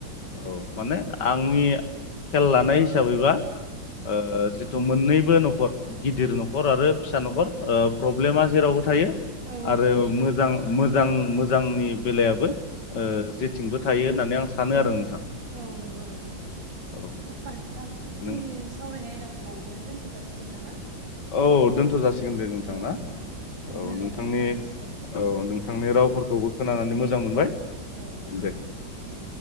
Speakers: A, on the left (about 60°); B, on the right (about 70°).
A: औ माने आंनि खेल लानाय हिसाबैबा ओ जिथु मोननैबो न'खर गिदिर न'खर आरो फिसा न'खर ओ प्रब्लेमा जेरावबो थायो
B: औ औ
A: आरो
B: थायो
A: मोजां मोजां मोजांनि बेलायाबो जेथिंबो थायो होननानै आं सानो आरो नोंथां।
B: औ नोंगौ नोंथां
A: औ
B: नोंथां जोंनि
A: नों
B: सावरायनाय आयदाखौ औ बेयावनो दोनथ' जासिगोन नामा
A: औ दोनथ' जासिगोन दे नोंथां
B: औ
A: ना?
B: दे गोजोननाय
A: औ नोंथांनि
B: थाबाय नोंथांनिसिम
A: औ नोंथांनि रावफोरखौबो खोनानानै मोजां मोनबाय
B: औ औ
A: दे
B: दे।